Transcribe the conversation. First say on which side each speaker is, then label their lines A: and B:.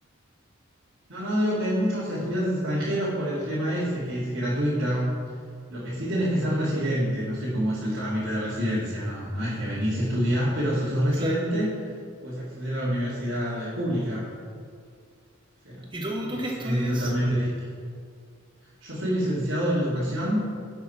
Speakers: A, on the right (about 70°); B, on the right (about 25°).
A: No, no, digo que hay muchos estudiantes extranjeros por el tema ese, que es gratuita. Lo que sí tenés que ser residente, no sé cómo es el trámite de residencia, no, no es que venís y estudiás, pero si sos residente,
B: Claro.
A: puedes acceder a la universidad eh, pública. O sea,
B: ¿Y tú,
A: es,
B: tú qué estudias?
A: es totalmente distinto. Yo soy licenciado en educación